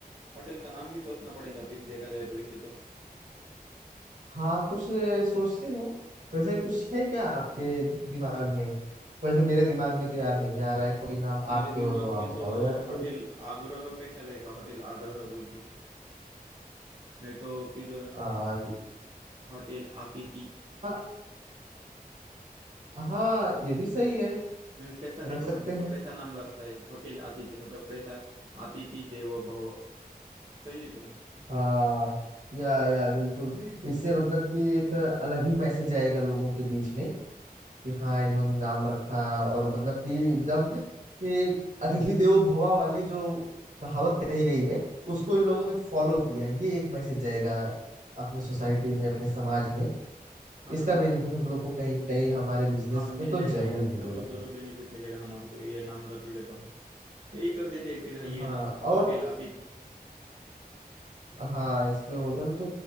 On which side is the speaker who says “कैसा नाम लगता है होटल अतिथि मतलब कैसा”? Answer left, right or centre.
Right